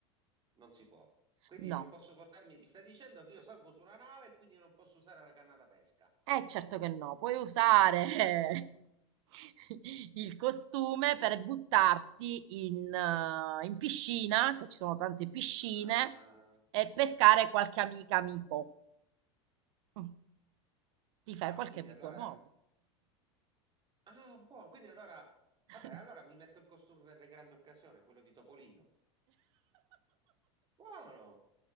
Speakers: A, on the right; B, on the right.
A: Non si può. Quindi
B: No.
A: non posso portarmi. Mi stai dicendo che io salgo su una nave e quindi non posso usare la canna da pesca?
B: Eh, certo che no, puoi usare <laughs> il costume per buttarti in, eh, in piscina, che ci sono tante piscine,
A: Ah,
B: e
A: ho
B: pescare
A: capito.
B: qualche amica amico. Mm. Ti fai
A: Ah,
B: qualche
A: quindi
B: amico
A: allora.
B: nuovo.
A: Ah, buono. Quindi allora,
B: <laughs>
A: vabbè, allora mi metto il costume per le grandi occasioni, quello di Topolino. Buono,